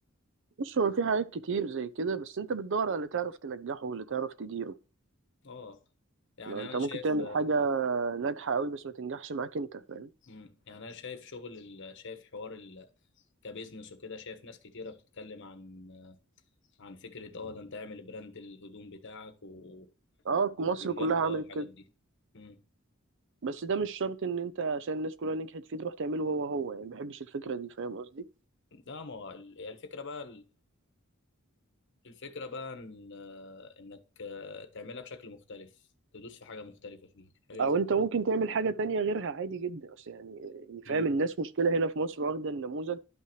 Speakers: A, on the right; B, on the left.
A: بص هو في حاجات كتير زي كده بس انت بتدور على اللي تعرف تنجحه واللي تعرف تديره
B: اه يعني
A: ما انت
B: انا
A: ممكن
B: شايف
A: تعمل حاجة ناجحة قوي بس ما تنجحش معاك انت فاهم
B: مم. يعني انا شايف شغل ال... شايف حوار ال... كبزنس وكده شايف ناس كتيره بتتكلم عن عن فكره اه ده انت اعمل براند الهدوم بتاعك و...
A: اه
B: وينجحوا
A: مصر كلها عملت
B: بقى والحاجات
A: كده
B: دي مم.
A: بس ده مش شرط ان انت عشان الناس كلها نجحت فيه تروح تعمله هو هو يعني ما بحبش الفكرة دي فاهم قصدي
B: لا ما هو ال- هي الفكره بقى الفكرة بقى إن آه، إنك آه، تعملها بشكل مختلف تدوس في حاجة مختلفة فيه حاجة
A: او
B: زي
A: انت
B: كده
A: ممكن تعمل حاجة تانية غيرها عادي جدا اصل يعني يعني
B: مم.
A: فاهم الناس مشكلة هنا في مصر واخدة النموذج